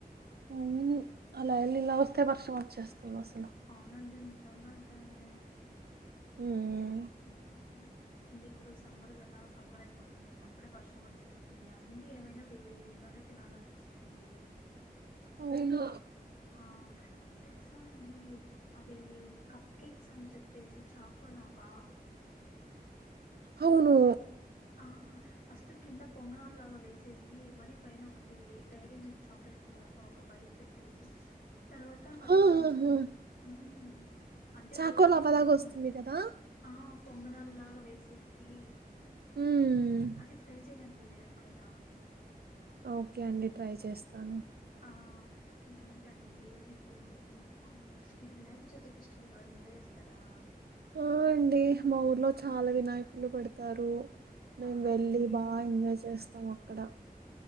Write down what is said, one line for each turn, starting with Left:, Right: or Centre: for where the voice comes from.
Right: అవును అలా వెళ్ళి
Left: ఉమ్,
Right: ఇలా వస్తే వర్షం వచ్చేస్తుంది అసలు
Left: అవునండి నిజంగా అంటేనే
Right: ఉమ్
Left: ఇంకేంటండి ఉంది ఇప్పుడు సమ్మర్ కదా సమ్మర్ అయిపోతుంది ఇంక అప్పుడే వర్షం వచ్చేస్తుంది అన్ని ఏమైనా వేడి వేడిగానే తినాలనిపిస్తుంది
Right: అవును
Left: ఆ మీకు తెలుసా అండి అవేమి కప్ కేక్స్ అని చెప్పేసి చాకోలావా
Right: అవును
Left: ఆ ఫస్ట్ కింద పొంగణాలు లాగా వేసేసి మరీ పైన ఒకటి డైరీ మిల్క్ చాక్లెట్ లాగా ఒక బై పెట్టేసి తర్వాత మరి
Right: ఆ, ఆ,
Left: కొంచం
Right: ఆ.
Left: ఉమ్ అంటే
Right: చాకో
Left: ఓరియో
Right: లవ్వలాగొస్తుంది
Left: బిస్కెట్ని అంత
Right: కదా
Left: ఆ పొంగనాలు లాగా వేసేసి
Right: ఉమ్
Left: అది ట్రై చెయ్యండి మీరు ఎప్పుడైనా
Right: ఓకే అండి ట్రై చేస్తాను
Left: ఆ ఇంకేంటండి మీకు ఉమ్ మీరు వినాయక చవితి ఫెస్టివల్ బాగా ఎంజాయ్ చేస్త కరా
Right: ఆ అండి మా ఊర్లో చాలా వినాయకులు పెడతారు మేం
Left: అవునండి
Right: వెళ్ళి బా ఎంజాయ్ చేస్తాం అక్కడ